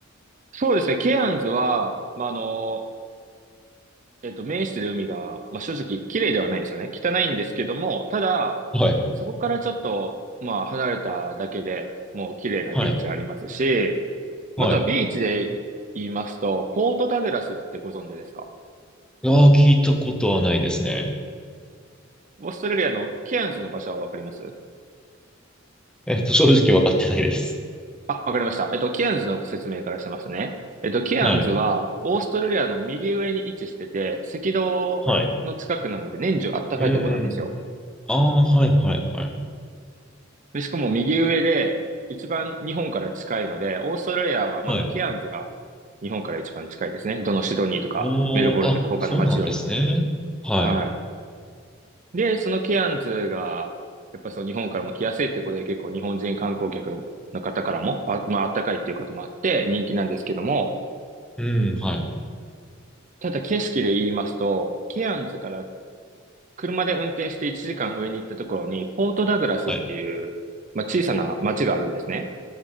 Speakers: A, on the right (about 40°); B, in the centre.
A: そうですね、ケアンズは、まあ、あの、えっと、面してる海が、まあ、正直、綺麗ではないんですよね。汚いんですけども、ただ、
B: い。
A: そこからちょっと、まあ、離れただけでもう綺麗なビーチありますし、
B: はい。
A: またビーチで言いますと、
B: はい。
A: ポートダグラスってご存知ですか
B: いやー、聞いたことはないですね。
A: オーストラリアのケアンズの場所はわかります
B: えっと、正直わかってないです。
A: あ、わかりました。えっと、ケアンズの説明からしますね。えっと、ケアンズは、
B: はい。
A: オーストラリアの右上に位置してて、赤道の近くなので、
B: はい。
A: 年中あったかいとこなんですよ。
B: うんうんうん。ああ、はいはいはい。
A: で、しかも右上で、一番日本から近いので、オーストラリアはまずケアンズが
B: はい。
A: 日本から一番近いですね。どのシドニーとか、
B: おー、
A: メルボルンとか他の街よりも。
B: あ、そうなんですね。はい。
A: はい。で、そのケアンズが、やっぱその日本からも来やすいってことで結構日本人観光客の方からも、あ、まああったかいっていうこともあって人気なんですけども、
B: うん、はい。
A: ただ景色で言いますと、ケアンズから車で運転して1時間上に行ったところに、ポートダグラスっていう、
B: はい。
A: まあ、小さな町があるんですね。